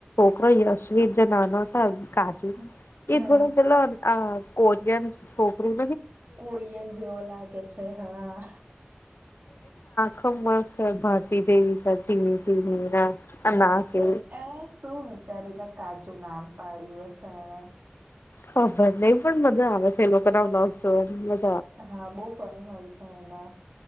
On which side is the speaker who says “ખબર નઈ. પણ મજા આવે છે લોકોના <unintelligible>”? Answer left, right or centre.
Left